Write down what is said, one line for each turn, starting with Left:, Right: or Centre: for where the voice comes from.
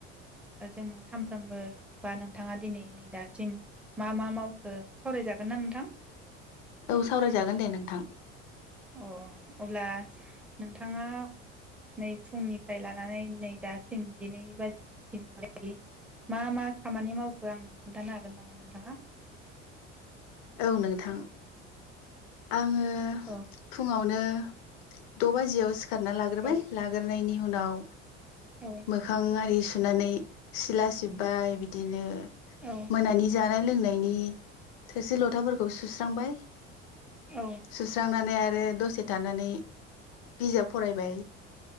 Centre: जों सानफ्रोमबो बा नों थाङा दिनै नै दासिम मा मा मावखो सावरायजागोन ना नोंथां?
Left: औ सावरायजागोन दे नोंथां।
Centre: अ अब्ला नोंथाङा नै फुंनिफ्राय लानानै नै दासिम जिनै बाजिसिमहालागै मा मा खामानि मावखो आंनो खोन्थानो हागोन नामा नोंथाङा?
Left: औ नोंथां आङो
Centre: औ
Left: फुङावनो द बाजियाव सि खारना लाग्रोबाय
Centre: औ
Left: लाग्रोनायनि उनाव
Centre: औ
Left: मोखां आरि सुनानै सिला सिब्बाय बिदिनो।
Centre: औ
Left: मोनानि जानाय लोंनायनि थोरसि लथाफोरखौ सुस्रांबाय।
Centre: औ
Left: सुस्रांनानै आरो दसे थानानै बिजाब फरायबाय।